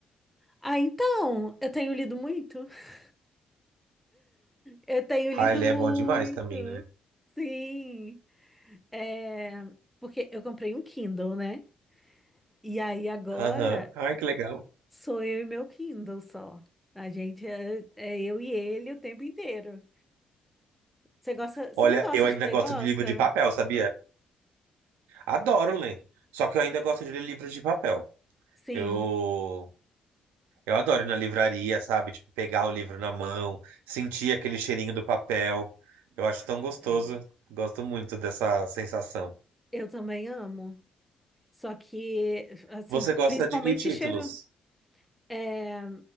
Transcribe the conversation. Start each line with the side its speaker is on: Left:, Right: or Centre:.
Centre: Ah, então, eu tenho lido muito. <laughs> Eu tenho lido
Right: Ah, ele
Centre: muito,
Right: é bom demais também, né?
Centre: sim. É, porque eu comprei um Kindle, né? E aí agora
Right: Aham. Ai, que legal.
Centre: sou eu e meu Kindle só. A gente é, é eu e ele o tempo inteiro. Você gosta, você
Right: Olha,
Centre: não gosta
Right: eu ainda
Centre: de ler,
Right: gosto
Centre: gosta?
Right: de livro de papel, sabia? Adoro ler. Só que eu ainda gosto de ler livros de papel.
Centre: Sim,
Right: Eu, eu adoro ir na livraria, sabe? Tipo, pegar o livro na mão, sentir aquele cheirinho do papel. Eu acho tão gostoso.
Centre: é,
Right: Gosto muito dessa sensação.
Centre: eu também amo. Só que, assim,
Right: Você gosta
Centre: principalmente
Right: de que títulos?
Centre: cheiro. é,